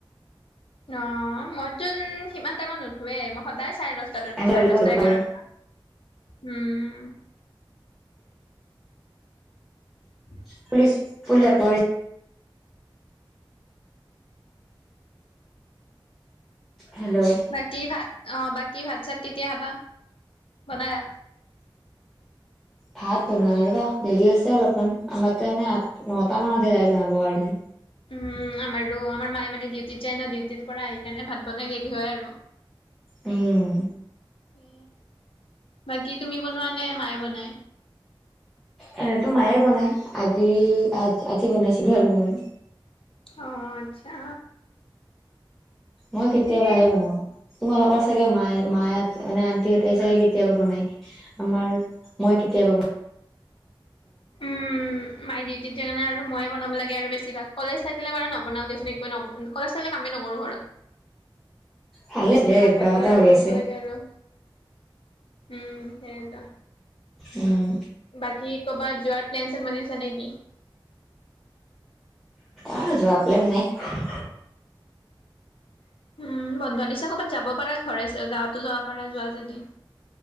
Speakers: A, on the left (about 80°); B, in the centre.
A: অ', ইতোন সিমান টাইমমান নুঠোৱেই মই সদায় চাই দছো
B: মোৰ
A: তো চাৰে দহটা এঘাৰটা উম <inaudible>
B: <unintelligible> হেল্ল'।
A: বাকী ভাত অ' বাকী ভাত চাত কেতিয়া খাবা? বনায়া
B: ভাত বনোৱা নাই, দেৰি আছে অলপমান আমাৰ কাৰণে আঠ নটা মানতহে যায় বনাবৰ কাৰণে।
A: উম, আমাৰো আমাৰ মায়ে মানে ডিউটিত যায় ন ডিউটিৰ পৰা আহি কেনে ভাত বনাই দেৰি হয় আৰু।
B: উম।
A: এ, বাকী তুমি বনোৱা নে মায়ে বনাই?
B: এনেতো মায়ে বনাই। আজি আ-আজি বনাইছিলো আৰু মই।
A: অ' আচ্ছা।
B: মই কেতিয়াবাহে
A: সেয়ে
B: বনাওঁ। তোমালোকৰ চাগে, মায়ে -মায়ে মানে আন্টিহঁতে চাগে কেতিয়াবা বনায়। আমাৰ মই কেতিয়াবা
A: উম। মাই ডিউটিত সেই কাৰণে আৰু ময়ে বনাব লাগে আৰু বেছিভাগ। কলেজ থাকিলে বাৰু নবনাওঁ দিয়াচোন। একোৱে ন কলেজ থাকিলে কামেই নকৰোঁ ঘৰত।
B: ভালে চিৰা
A: নাথাকিলে
B: অভ্যাস এটা
A: আৰু
B: হৈ
A: কৰিব
B: আছে
A: লাগে আৰু। উম। সেয়েতো।
B: উম
A: বাকী কৰ'বাত যোৱাৰ প্লেন -চেন বনিছা নেকি?
B: অ'হ। যোৱাৰ প্লেন নাই।
A: উম। বন্ধ দিছে ক'বাত যাব পাৰা। ঘৰে, গাঁৱতো যাব পাৰা যোৱা যদি।